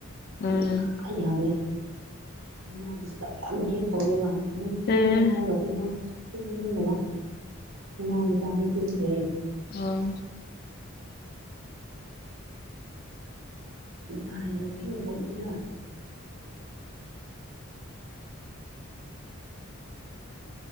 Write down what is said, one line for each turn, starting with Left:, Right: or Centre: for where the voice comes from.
Left: ꯎꯝ
Right: ꯁꯨꯡꯌꯥ ꯌꯥꯗꯦ ꯃꯥ ꯗꯤꯁꯇ꯭ꯔꯕ ꯌꯥꯝ ꯍꯦꯛ ꯇꯧꯋꯦꯕ ꯃꯣꯏ
Left: ꯑꯦ
Right: ꯇꯨꯝꯃꯣ ꯍꯥꯏꯔꯒ ꯇꯨꯝꯃꯣ ꯍꯥꯏꯔꯒꯥ ꯁꯨꯛꯇꯨꯨꯝ ꯇꯨꯝꯗꯥꯕ ꯃꯅꯥꯎ ꯅꯨꯄꯥꯗꯤ ꯇꯨꯝꯈ꯭ꯔꯦ
Left: ꯑꯥ
Right: ꯅꯨꯡꯁꯥ ꯍꯥꯏꯒꯠꯂꯛꯇꯔꯤꯉꯩ ꯇꯣꯛꯂꯥꯁꯤꯔꯥ